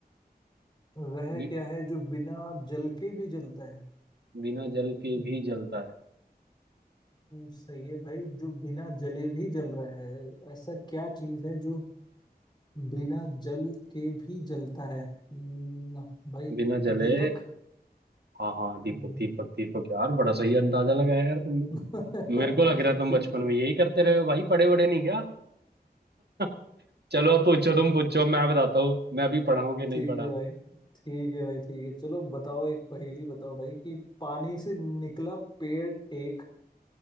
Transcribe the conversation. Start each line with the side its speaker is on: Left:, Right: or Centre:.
Left: वह
Right: बि,
Left: क्या है जो बिना जल के भी जलता है
Right: बिना जल के
Left: हम्म,
Right: भी जलता है
Left: सही है भाई जो बिना जले भी जल रहा है ऐसा क्या चीज है जो बिना जल के भी जलता है हम्म, भाई
Right: बिना जले
Left: दीपक
Right: हाँ हाँ दीपक
Left: हम्म,
Right: दीपक दीपक यार बड़ा सही अंदाजा लगाया यार तुमने
Left: <laughs>
Right: मेरे को लग रहा है तुम
Left: क्योंकि
Right: बचपन में यही करते रहे हो भाई पढ़े बड़े नहीं क्या <laughs> चलो अब पूछो तुम पूछो मैं बताता हूँ मैं भी पढ़ा हूँ कि नहीं
Left: ठीक
Right: पढ़ा
Left: है भाई ठीक है भाई ठीक है चलो बताओ एक पहेली बताओ भाई कि पानी से निकला पेड़ एक